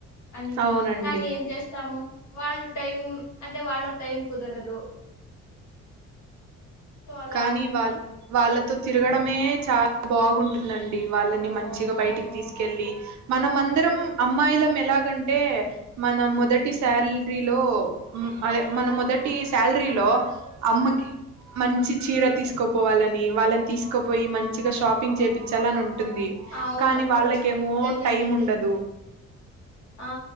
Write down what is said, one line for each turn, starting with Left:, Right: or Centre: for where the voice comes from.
Left: అని
Right: అవునండి
Left: కానీ ఏం చేస్తాము వాళ్ళు టైం అంటే వాళ్ళకు టైం కుదరదు సో అలా
Right: కానీ వాళ వాళ్ళతో
Left: కుదరదు
Right: తిరగడమే చాలా బాగుంటుందండి వాళ్ళని మంచిగా బయటికి తీసుకెళ్ళి మనం అందరం అమ్మాయిల ఎలాగంటే మన మొదటి శాలరీలోదే మన మొదటి శాలరీలో అమ్మకి మంచి చీర తీసుకోపోవాలని వాళ్ళని తీసుకోపోయి మంచిగా షాపింగ్ చేయిించాలని ఉంటు ఉంటుంది
Left: అవును
Right: కానీ వాళ్ళకేమో
Left: నిజంగానే
Right: టైం
Left: అండి
Right: ఉండదు
Left: ఆ